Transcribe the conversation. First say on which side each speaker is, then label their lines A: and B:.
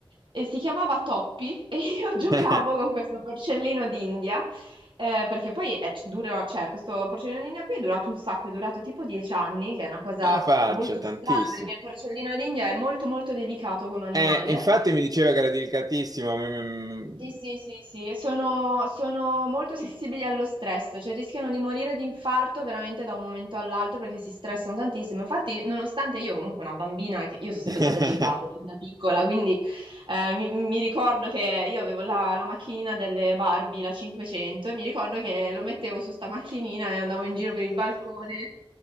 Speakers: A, on the right (about 60°); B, on the right (about 40°).
A: e si chiamava Toppi, <laughs> e io giocavo
B: <laughs>
A: con questo porcellino d'India, eh, perché poi è, dura, cioè, questo porcellino d'India qui è durato un sacco, è durato tipo dieci anni, che è una cosa
B: alla faccia,
A: molto
B: tantissimo.
A: strana, perché il porcellino d'India è molto molto delicato come animale,
B: Eh, infatti mi diceva che era delicatissimo. mi-
A: sì, sì, sì, sì, e sono, sono molto <laughs> sensibili allo stress, cioè rischiano di morire di infarto veramente da un momento all'altro perché si stressano tantissimo. Infatti, nonostante io comunque una bambina, che- io sono sempre
B: mi-
A: stata agitata fin da piccola, quindi eh, mi, mi ricordo che io avevo la, la macchinina delle Barbie, la 500, e mi ricordo che lo mettevo su sta macchinina e andavo in giro per il balcone